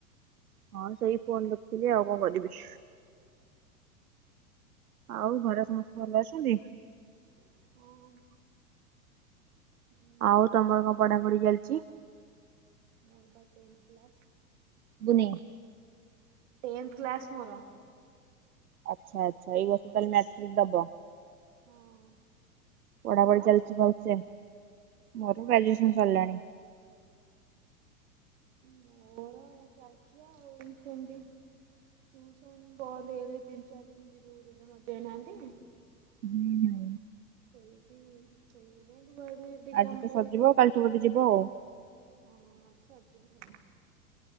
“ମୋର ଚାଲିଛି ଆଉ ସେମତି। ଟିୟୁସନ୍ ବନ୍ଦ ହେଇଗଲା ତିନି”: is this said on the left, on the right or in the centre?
Right